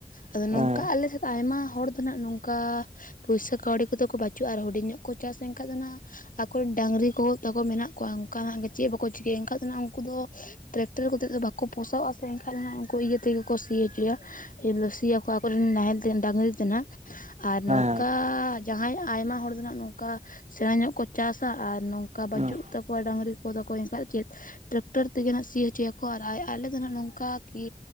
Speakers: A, on the left; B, on the right.
A: ᱟᱫᱚ
B: ᱦᱮᱸ
A: ᱱᱚᱝᱠᱟ ᱟᱞᱮ ᱥᱮᱫ ᱟᱭᱢᱟ ᱦᱚᱲ ᱫᱚ ᱫᱚ ᱱᱟᱜ ᱱᱚᱝᱠᱟ ᱯᱩᱭᱥᱟᱹ ᱠᱟᱹᱣᱰᱤ ᱠᱚᱛᱟ ᱠᱚ ᱵᱟᱹᱪᱩᱜᱼᱟ ᱟᱨ ᱦᱩᱰᱤᱧ ᱧᱚᱜ ᱠᱚ ᱪᱟᱥ ᱮᱱᱠᱷᱟᱡ ᱫᱚ ᱱᱟᱦᱱᱟᱜ ᱟᱠᱚ ᱨᱮᱱ ᱰᱟᱝᱨᱤ ᱠᱚ ᱛᱟᱠᱚ ᱢᱮᱱᱟᱜ ᱠᱚᱣᱟ ᱚᱱᱠᱟᱱᱟᱜ ᱜᱮ ᱪᱮᱫ ᱵᱟᱠᱚ ᱪᱤᱠᱟᱹᱭᱟ ᱮᱱᱠᱷᱟᱱ ᱫᱚ ᱩᱱᱠᱩ ᱫᱚ ᱴᱨᱟᱠᱴᱟᱨ ᱠᱚ ᱛᱮᱫ ᱫᱚ ᱵᱟᱠᱚ ᱯᱚᱥᱟᱣᱼᱟ ᱥᱮ ᱮᱱᱠᱷᱟᱡ ᱩᱱᱠᱩ ᱤᱭᱟᱹ ᱛᱮᱜᱮ ᱠᱚ ᱥᱤ ᱦᱚᱪᱚᱭᱟ ᱤᱱ ᱫᱚ ᱥᱤᱭᱟᱠᱚ ᱟᱠᱚᱨᱱ ᱱᱟᱦᱮᱞ ᱛᱮ ᱰᱟᱝᱨᱤ ᱛᱮ ᱱᱟᱦᱟᱜ ᱟᱨ
B: ᱦᱮᱸ
A: ᱱᱚᱝᱠᱟ ᱡᱟᱦᱟᱸᱭ ᱟᱭᱢᱟ ᱦᱚᱲ ᱫᱚ ᱱᱟᱦᱜ ᱱᱚᱝᱠᱟ ᱥᱮᱬᱟ ᱧᱚᱜ ᱠᱚ ᱪᱟᱥᱟ ᱟᱨ ᱱᱚᱝᱠᱟ
B: ᱦᱮᱸ
A: ᱵᱟᱹᱪᱩᱜ ᱛᱚ ᱠᱚᱭ ᱰᱟᱝᱨᱤ ᱠᱚᱫᱚ ᱠᱚ ᱮᱱᱠᱷᱟᱡ ᱪᱮᱫ ᱴᱨᱟᱠᱴᱟᱨ ᱛᱮᱜᱮ ᱦᱟᱜ ᱥᱤ ᱦᱚᱪᱚᱭᱟᱠᱚ ᱟᱭ ᱟᱨ ᱟᱞᱮᱫᱚ ᱱᱟᱦᱟᱜ ᱱᱚᱝᱠᱟ ᱠᱤ